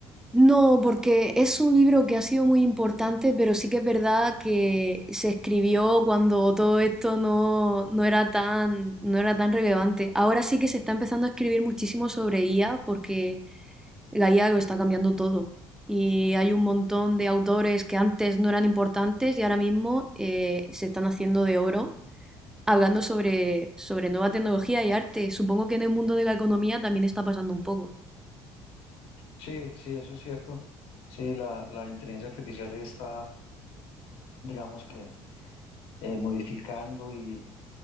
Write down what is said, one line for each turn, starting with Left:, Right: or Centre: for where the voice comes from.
Centre: No, porque es un libro que ha sido muy importante, pero sí que es verdad que se escribió cuando todo esto no, no era tan, no era tan relevante. Ahora sí que se está empezando a escribir muchísimo sobre IA porque la IA lo está cambiando todo. Y hay un montón de autores que antes no eran importantes y ahora mismo eh, se están haciendo de oro hablando sobre, sobre nueva tecnología y arte. Supongo que en el mundo de la economía también está pasando un poco.
Left: Sí, sí, eso es cierto. Sí, la, la inteligencia artificial está, digamos que, eh, modificando y